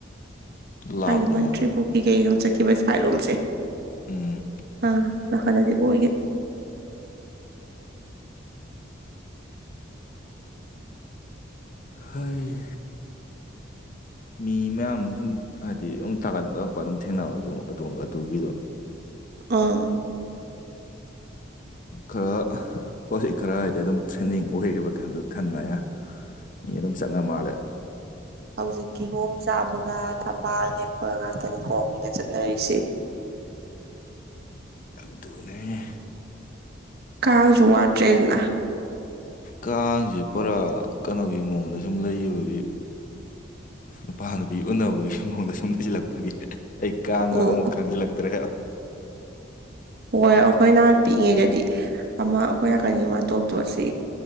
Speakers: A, on the left (about 45°); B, on the right (about 55°).
A: ꯂꯥꯞꯄꯦꯅꯦ
B: ꯍꯥꯏꯗꯤ ꯃꯟꯇ꯭ꯔꯤ
A: ꯑꯗꯨ
B: ꯄꯨꯈ꯭ ꯀꯩ ꯁꯣꯝ ꯆꯠꯈꯤꯕ ꯁꯥꯏꯂꯣꯝꯁꯦ
A: ꯎꯝ
B: ꯑꯥ ꯔꯥꯗꯗꯤꯦ ꯎ
A: ꯍꯣꯏ ꯃꯤ ꯃꯌꯥꯝ ꯁꯨꯝ ꯍꯥꯏꯗꯤ ꯊꯥꯒꯠꯔꯛꯄ ꯑꯗꯨꯝ ꯊꯦꯡꯅꯕ ꯑꯗꯨꯝ ꯑꯗꯨꯒꯤꯗꯣ
B: ꯑꯥ
A: ꯈꯔ ꯍꯧꯖꯤꯛ ꯈꯔ ꯍꯥꯏꯗꯤ ꯑꯗꯨꯝ ꯇ꯭ꯔꯦꯟꯗꯤꯡ ꯑꯣꯏꯔꯤꯕ ꯈꯟꯕ ꯑꯅ ꯃꯤ ꯑꯗꯨꯝ ꯆꯉ ꯃꯥꯂꯦ
B: ꯍꯧꯖꯤꯛ ꯀꯤꯍꯣꯝ ꯆꯥꯕꯒ ꯊꯝꯕꯥꯜ ꯍꯦꯛꯄꯒ ꯉꯥꯛꯇꯅꯤ ꯀꯣꯝ ꯃꯤꯅ ꯆꯠꯅꯔꯤꯁꯦ
A: ꯑꯗꯨꯣꯅꯦ
B: ꯀꯥꯜꯔꯨ ꯋꯥꯇ꯭ꯔꯦꯖꯅꯥ
A: ꯀꯥꯡꯁꯦ ꯄꯨꯔꯥ ꯀꯩꯅꯣꯒꯤ ꯃꯑꯣꯡꯗ ꯁꯨꯝ ꯂꯩꯈꯤꯕꯒꯤ ꯅꯨꯄꯥ ꯅꯨꯄꯤ ꯎꯅꯕꯒꯤ ꯃꯑꯣꯡꯗ ꯁꯨꯝ ꯍꯩꯁꯤꯜꯂꯛꯄꯒꯤ ꯑꯩ ꯀꯥꯡꯒ
B: ꯎꯝ
A: ꯑꯃꯨꯛ ꯈꯟꯖꯤꯜꯂꯛꯇ꯭ꯔꯦ
B: ꯍꯣꯏ ꯑꯩꯈꯣꯏꯅ ꯄꯤꯛꯏꯉꯩꯗꯗꯤ ꯑꯃ ꯑꯩꯈꯣꯏꯥꯛꯀꯤ ꯃꯥ ꯇꯣꯞ ꯇꯣꯠꯁꯦ ꯁꯤ